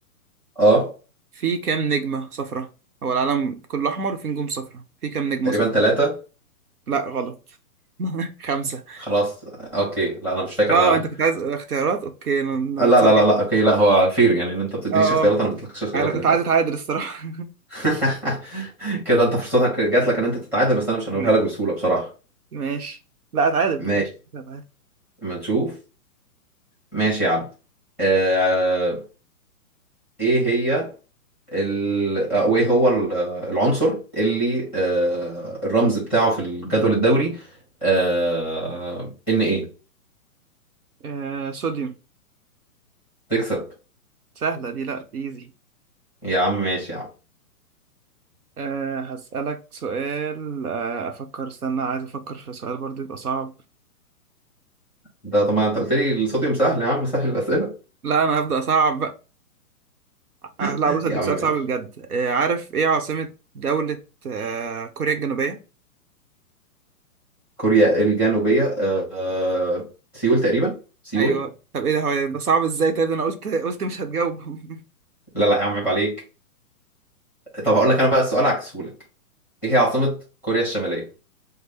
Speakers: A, in the centre; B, on the right.
A: اه
B: في كام نجمة صفرة؟ هو العلم كله أحمر وفي نجوم صفرة في كام نجمة
A: تقريبا
B: صفرة؟
A: ثلاثة
B: لا غلط <laughs> خمسة
A: خلاص اوكي لا انا مش فاكر
B: اه
A: انا
B: انت كنت عايز اختيارات اوكي انا أنا
A: آه، لا
B: اتسرعت
A: لا لا لا اوكي لا هو فير يعني ان انت ما بتدينيش
B: اه
A: اختيارات
B: اه
A: انا ما بديتلكش اختيارات
B: انا كنت
A: اللي فات
B: عايز اتعادل الصراحة
A: <laughs> كده انت فرصتك جات لك ان انت تتعادل بس انا مش هنقولها
B: <laughs>
A: لك بسهوله بصراحه
B: ماشي لا اتعادل ما
A: ماشي
B: تقلقش لا، اتعادل
A: ما نشوف ماشي يا عم آه... ايه هي ال... آه، وايه هو ال- آه، العنصر اللي آه... الرمز بتاعه في الجدول الدوري آه... ان ايه
B: آه صوديوم
A: تكسب
B: سهلة دي لا ايزي
A: يا عم ماشي يا عم
B: آه هسألك سؤال آه أفكر استنى عايز أفكر في سؤال برضو يبقى صعب
A: ده طبعا انت قلت لي الصوديوم سهل يا عم سهل الاسئله
B: لا أنا هبدأ صعب <laughs> آه،
A: <laughs>
B: لا بص هديك
A: يا عم
B: سؤال
A: ماشي
B: صعب بجد آه، عارف ايه عاصمة دولة آه، كوريا الجنوبية؟
A: كوريا الجنوبية آه، سيول تقريبا سيول
B: ايوه طب ايه ده هو ده صعب ازاي طيب ده انا قلت قلت مش هتجاوب <laughs>
A: لا لا يا عم عيب عليك طب هقول لك انا بقى السؤال عكسهولك ايه هي عاصمة كوريا الشمالية